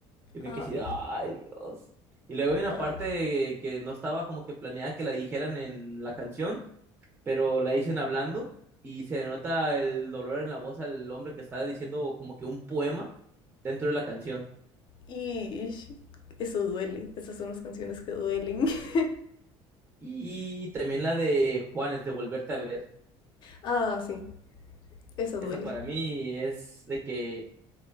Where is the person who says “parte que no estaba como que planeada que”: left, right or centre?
Right